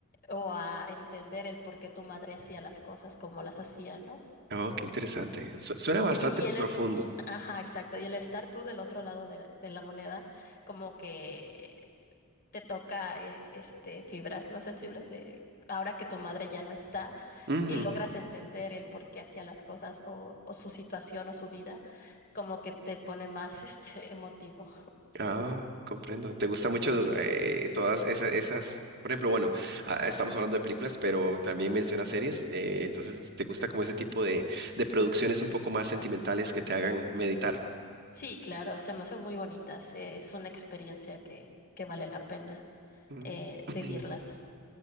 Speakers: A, on the left; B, on the right.
A: o a entender el por qué tu madre hacía las cosas como las hacía, ¿no?
B: Oh, qué interesante. Su- suena bastante
A: Y, y
B: profundo.
A: el e- y- Ajá, exacto. Y el estar tú del otro lado de, la de la moneda, como que te toca eh, este fibras no sensibles de ahora que tu madre ya no está
B: Ujú.
A: y logras entender el por qué hacía las cosas o, o su situación o su vida, como que te pone más <laughs> este emotivo.
B: Ah, comprendo. ¿Te gusta mucho eh, todas esas, esas, por ejemplo, bueno, ah, estamos hablando de películas, pero también menciona series, eh, entonces ¿te gusta como ese tipo de, de producciones un poco más sentimentales que te hagan meditar?
A: Sí, claro, se me hacen muy bonitas. eh, es una experiencia que, que vale la pena
B: Mm,
A: eh,
B: <clears throat>
A: vivirlas.